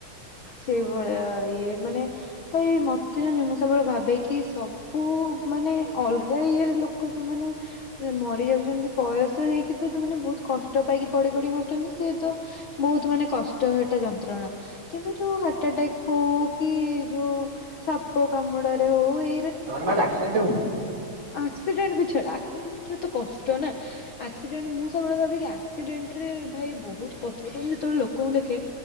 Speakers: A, on the left; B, on the right.
A: ସେଇଭଳିଆ ତ ଇଏ ମାନେ ଭାଇ ମତେ ଜାନଚୁ ମୁଁ ସବୁବେଳେ ଭାବେ କି ସବୁ ମାନେ ଅଲଗା ଇଏରେ ଲୋକ ଯୋଉମାନେ ମରିଯାଉଚନ୍ତି ବୟସ ତ ହେଇକି ତ ଯଉମାନେ ବହୁତ କଷ୍ଟ ପାଇକି ପଡି ପଡି ମର କିନ୍ତୁ ସେ ତ ବହୁତ ମାନେ କଷ୍ଟ ହେଟା ଯନ୍ତ୍ରଣା। କିନ୍ତୁ ଯୋଉ ହାର୍ଟଟାକ ହଉ କି ଯୋଉ ସାପ କାମୁଡାରେ ହଉ ଏ
B: ନର୍ମାଲ ଆକ୍ସିଡେଣ୍ଟ ଉ।
A: ଆକ୍ସିଡେଣ୍ଟ ବି ଛାଡ ଆକ୍ସିଡେଣ୍ଟ ରେ ତ କଷ୍ଟ ନା ଆକ୍ସିଡେଣ୍ଟ ମୁଁ ସବୁବେଳେ ଭାବେକି ଆ ଆକ୍ସିଡେଣ୍ଟ ରେ ଭାଇ ବହୁତ କଷ୍ଟ ହେଉଥିବ ମୁଁ ଯେତେବେଳେ ଲୋକଙ୍କୁ ଦେଖେ